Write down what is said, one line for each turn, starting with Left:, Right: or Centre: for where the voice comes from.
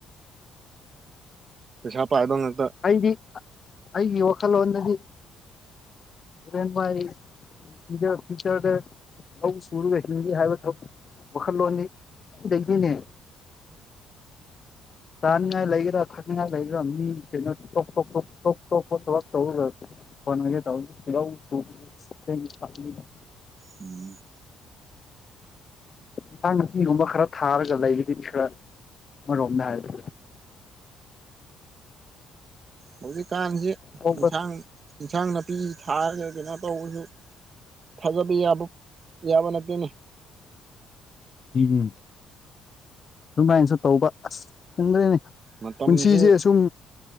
Right: ꯄꯩꯁꯥ ꯄꯥꯏꯕ ꯉꯛꯇ
Left: ꯑꯩꯗꯤ ꯑꯩꯒꯤ ꯋꯥꯈꯜꯂꯣꯟꯗꯗꯤ ꯎꯗꯦꯟ ꯄꯥꯏꯔꯤ ꯐꯤꯆꯔ ꯐꯤꯆꯔꯗ ꯊꯕꯛ ꯁꯨꯔꯒ ꯍꯤꯡꯒꯦ ꯍꯥꯏꯕ ꯊꯧ ꯋꯥꯈꯜꯂꯣꯟꯅꯤ ꯑꯣꯏ ꯂꯩꯖꯩꯅꯦ ꯆꯥꯅꯤꯡꯉꯥꯏ ꯂꯩꯒꯦꯔꯥ ꯊꯛꯅꯤꯡꯉꯥꯏ ꯂꯩꯒꯦꯔꯥ ꯃꯤ ꯀꯩꯅꯣ ꯇꯣꯞ ꯇꯣꯞ ꯇꯣꯞ ꯇꯣꯞ ꯇꯣꯞꯄ ꯊꯕꯛ ꯇꯧꯔꯨꯗ꯭ꯔ ꯐꯣꯟ ꯉꯥꯛꯇ ꯇꯧꯒꯦ ꯂꯧ ꯁꯨꯕꯖꯦ ꯏꯁꯤꯡ ꯄꯠꯂꯤꯗ
Right: ꯎꯝ
Left: ꯏꯟꯁꯥꯡ ꯅꯥꯄꯤꯒꯨꯝꯕ ꯈꯔ ꯊꯥꯔꯒ ꯂꯩꯕꯗꯤ ꯈꯔ ꯑꯃꯔꯣꯝꯅꯦ ꯍꯥꯏꯕ
Right: ꯍꯧꯖꯤꯛꯀꯥꯟꯁꯤ
Left: ꯇꯧꯕ
Right: ꯏꯟꯁꯥꯡ ꯏꯟꯁꯥꯡ ꯅꯥꯄꯤ ꯊꯥꯔꯒ ꯀꯩꯅꯣ ꯇꯧꯕꯁꯨ ꯊꯥꯖꯕ ꯌꯥꯕ ꯌꯥꯕ ꯅꯨꯄꯤꯅꯤ
Left: ꯏꯕꯨꯡꯉꯣ ꯑꯗꯨꯃꯥꯏ ꯆꯠꯇꯧꯕ ꯑꯁ ꯈꯪꯗ꯭ꯔꯦꯅꯦ
Right: ꯃꯇꯝꯁꯦ
Left: ꯄꯨꯟꯁꯤꯁꯦ ꯁꯨꯝ